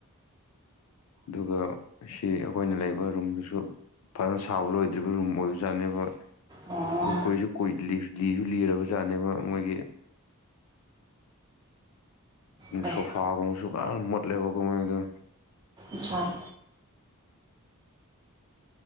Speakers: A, on the left; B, on the right.
A: ꯑꯗꯨꯒ ꯁꯤ ꯑꯩꯈꯣꯏꯅ ꯂꯩꯕ ꯔꯨꯝꯗꯨꯁꯨ ꯐꯖꯅ ꯁꯥꯕ ꯂꯣꯏꯗ꯭ꯔꯤꯕ ꯔꯨꯝ ꯑꯣꯏꯕꯖꯥꯠꯅꯦꯕ
B: ꯑꯣ
A: ꯑꯗꯨ ꯀꯣꯏꯁꯨ ꯀꯣꯏ ꯂꯤꯁꯨ ꯂꯤꯔꯕ ꯖꯥꯠꯅꯦꯕ ꯃꯣꯏꯒꯤ
B: ꯀꯩ
A: ꯁꯣꯐꯥꯒꯨꯝꯕꯁꯨ ꯄꯨꯔ ꯃꯣꯠꯂꯦꯕꯒꯨꯝꯕꯩ ꯑꯗꯨ
B: ꯑꯆꯥꯥ